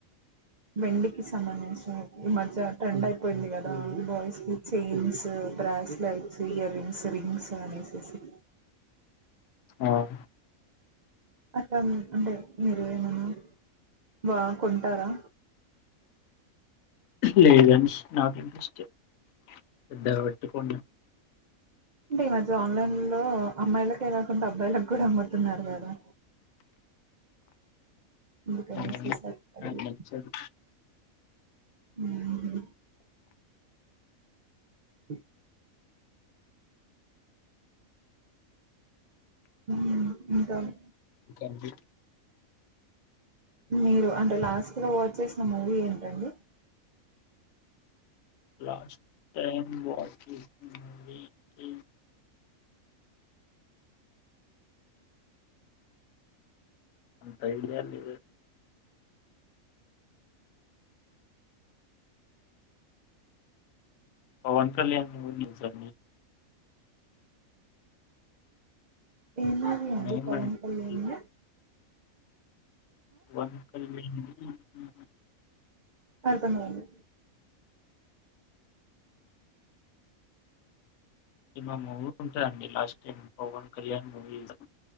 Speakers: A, on the right; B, on the left.
A: వెండికిి సంబంధించినవి ఈ మధ్య ట్రెండ్ అయిపోయింది గదా. బాయ్స్ కి chains bracelets, earrings, rings అనేసెసి
B: ఆహ
A: అక్క అన్ అంటే మీరు ఎమన్నా వా కొంటారా?
B: లేదన్ష్ నాక్ ఇంట్రెస్ట్ పెద్దగ పట్టుకొని
A: అంటే ఈ మధ్య ఆన్లైన్ లో అమ్మాయిలకే కాకుండా అబ్బాయిల క్ కుడా అమ్ముతున్నారు గదా. అందుకనేసేసి
B: అవునండి
A: అంటన్నారు
B: నాకు నచ్చదు
A: ఉహు అ మ్ ఉంటాను.
B: ఎన్ టి
A: మీరు అంటె లాస్ట్గా వాచ్ చేసిన మూవీ ఏంటండి?
B: లాస్ట్ టైమ్ వాకింగ్ మీటింగ్ అంత ఐడియా లేద్ పవన్ కళ్యాణ్ మూవీ చుసానండి
A: ఏమయింది అండి
B: మేమండి
A: పవన్ కళ్యాణ్ కి?
B: <inaudible>
A: అర్థమయింది.
B: సినిమా మూవీ ఉంటదండి last time Pawan Kalyan movie త